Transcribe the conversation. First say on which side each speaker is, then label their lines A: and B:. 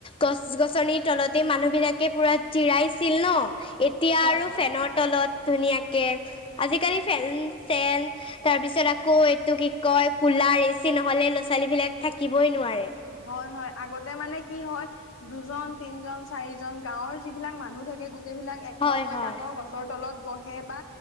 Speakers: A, on the left; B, on the left.
A: গছ-গছনিৰ তলতে মানুহ বিলাকে পুৰা জিৰাইছিল ন' এতিয়া
B: হয়
A: আৰু
B: হয়
A: ফেনত তলত ধুনীয়াকে আজিকালি ফেন চেন তাৰপিছত আকৌ এইটো কি কয় কুলাৰ এ এচি নহ'লে ল'ৰা-ছোৱালীবিলাক থাকিবই নোৱাৰে।
B: হয়-হয় আগতে মানে কি হয় দুজন, তিনিজন, চাৰিজন গাঁৱৰ যিবিলাক মানুহ থাকে গোটেই বিলাক একলগ
A: হয়
B: হৈ
A: হয়
B: ডাঙৰ গছৰ গছৰ তলত বহে বা